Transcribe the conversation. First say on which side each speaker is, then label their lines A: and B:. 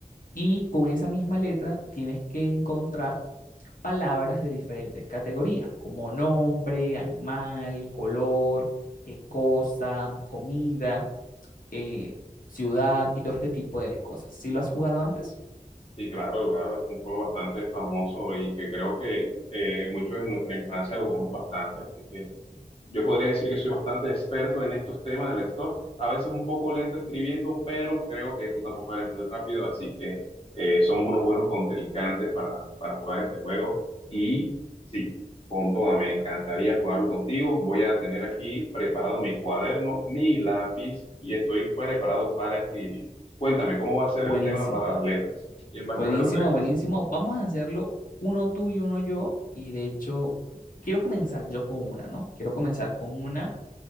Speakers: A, on the left; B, on the left.
A: Y con esa misma letra tienes que encontrar palabras de diferentes categorías, como nombre, animal, color, eh, cosa, comida, eh, ciudad y todo este tipo de cosas. Si lo has jugado antes?
B: Sí, claro, claro, es un juego bastante famoso y que creo que eh, muchos de nuestra infancia lo jugamos bastante, así que yo podría decir que soy bastante experto en estos temas del stock, a veces un poco lento escribiendo, pero creo que tú tampoco eres muy rápido, así que eh, somos unos buenos contrincantes para, para jugar este juego. Y sí, con toda, me encantaría jugarlo contigo. Voy a tener aquí preparado mi cuaderno, mi lápiz y estoy preparado para escribir. Cuéntame, ¿cómo va a ser
A: Buenísimo,
B: el tema para las letras? ¿Quién va a
A: buenísimo,
B: escoger las letras?
A: buenísimo. Vamos a hacerlo uno tú y uno yo. Y de hecho, quiero comenzar yo con una, ¿no? Quiero comenzar con una